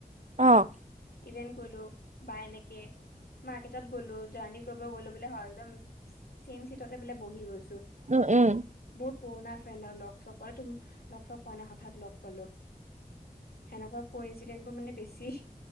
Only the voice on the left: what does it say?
ইভেন্ট গলো বা এনেকে মাৰ্কেটত গ'লো জাৰ্ণি কৰিব গ'লো, বোলে একদম চছেম চিটতে বোলে বহি গৈছো
বহুত পুৰণা ফ্ৰেড লগ চ ত লগচক পোৱা নাই হঠাৎ লগ পালো সেনেকুৱা কৈ ইনঞ্চিডেণ্ট বোৰ মানে বেছি